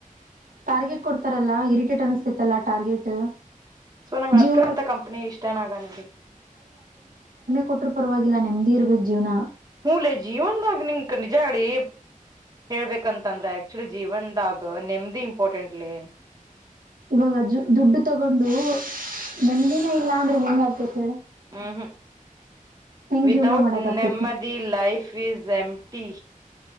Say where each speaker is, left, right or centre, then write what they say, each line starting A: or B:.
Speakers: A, on the right (about 75°); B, on the right (about 25°).
A: ಟಾರ್ಗೆಟ್ ಕೊಡ್ತಾರಲ್ಲಾ ಇರಿಟೇಟ್ ಅನಸ್ತಿತ್ತಲ್ಲಾ ಟಾರ್ಗೆಟ್.
B: ಸೊ ನಂಗ್ ಅದ್ಕ
A: ಜೀವ
B: ಅಂತ ಕಂಪನಿ ಇಷ್ಟನ ಆಗನ್
A: ಕೊಟ್ಟ್ರ ಪರವಾಗಿಲ್ಲ ನೆಮ್ದಿ ಇರ್ಬೋಕ್ ಜೀವನ.
B: ಹುಂನ್ಲೆ ಜೀವನ್ದಾಗ ನಿನ್ಗ್ ನಿಜ ಹೇಳಿ ಹೇಳ್ಬೇಕಂತಂದ್ರ ಆಕ್ಚುಲಿ ಜೀವನ್ದಾಗ ನೆಮದಿ ಇಂಪಾರ್ಟೆಂಟ್ಲೇ.
A: ಇವಾಗ ದುಡ್ಡು ತಗೊಂಡು ನೇಮ್ದಿನ ಇಲ್ಲಾ ಅಂದ್ರೆ ಹೆಂಗ್ ಆಗ್ತೇ ಹೇಳ
B: ಹ್ಮ್ ಹ್ಮ್
A: ಹೆಂಗ್
B: ವಿದೌಟ್
A: ಜೀವನ ಮಾಡಕ್ ಆಕೇತಿ
B: ನೆಮ್ಮದಿ ಲೈಫ್ ಇಸ್ ಎಮ್ ಟ್ಟಿ.